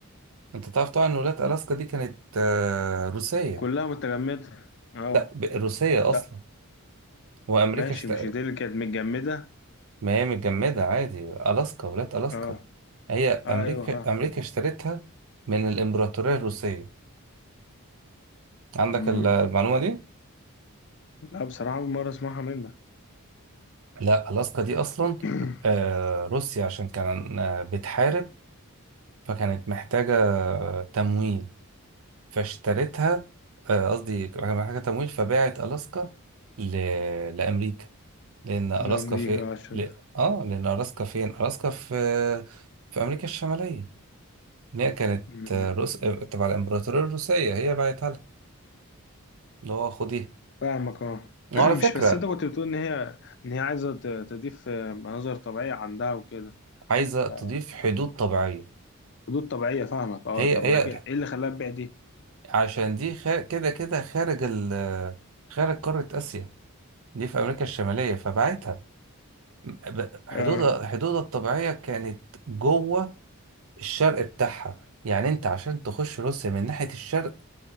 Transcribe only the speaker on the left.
كلها متجمدة اه
طب
ماشي
مش دي اللي كانت متجمدة
اه
آه، ايوه فاهم
مم.
لا بصراحة أول مرة أسمعها منك
<clears throat>
لأمريكا
عشان
مم.
فاهمك اه
<clears throat>
مش بس أنت كنت بتقول إن هي إن هي عايزة ت- تضيف آه، مناظر طبيعية عندها وكده
آه، يعني
حدود طبيعية فاهمك اه
طب
ما كده إيه اللي خلاها تبيع دي؟
اه